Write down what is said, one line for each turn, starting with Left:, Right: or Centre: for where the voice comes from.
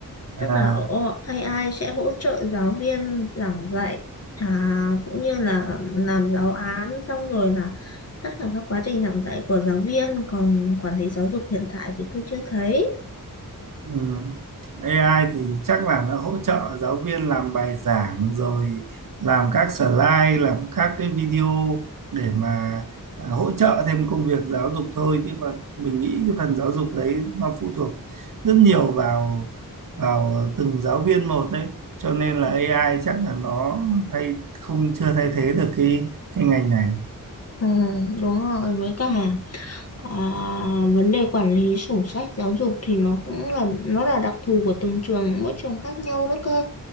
Right: À,
Left: Tức là ô- AI sẽ hỗ trợ giáo viên giảng dạy à, cũng như là làm giáo án xong rồi là tất cả các quá trình giảng dạy của giáo viên còn quản lý giáo dục hiện tại thì tôi chưa thấy
Right: ừm. AI thì chắc là nó hỗ trợ giáo viên làm bài giảng rồi làm các slide, làm các cái video để mà à, hỗ trợ thêm công việc giáo dục thôi chứ còn mình nghĩ cái phần giáo dục đấy nó phụ thuộc rất nhiều vào vào từng giáo viên một đấy cho nên là AI chắc là nó thay không chưa thay thế được cái cái ngành này
Left: Ừ, đúng rồi với cả à, vấn đề quản lý sổ sách giáo dục thì nó cũng là nó là đặc thù của từng trường mỗi trường khác nhau đó cơ